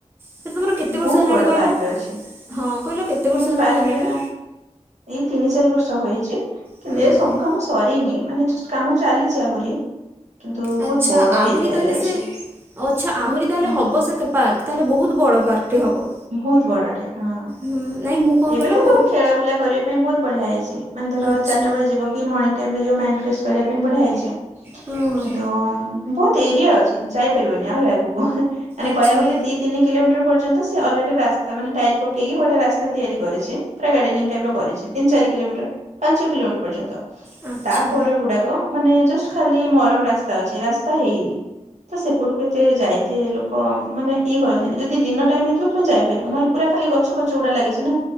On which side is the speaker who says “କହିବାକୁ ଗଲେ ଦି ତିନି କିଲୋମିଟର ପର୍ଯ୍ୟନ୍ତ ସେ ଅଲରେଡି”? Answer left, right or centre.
Right